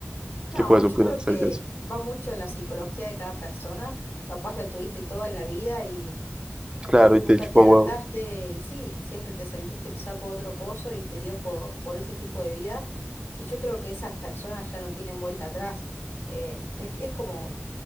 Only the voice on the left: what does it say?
no,
yo creo
que
va mucho en la psicología de cada persona. Capaz lo tuviste todo en la vida y,
y no, nunca
te adaptaste
y sí, siempre te sentiste pisado por otro pozo y te dio por, por ese tipo de vida. Y yo creo que esas personas ya no tienen vuelta atrás. Eh, e- es como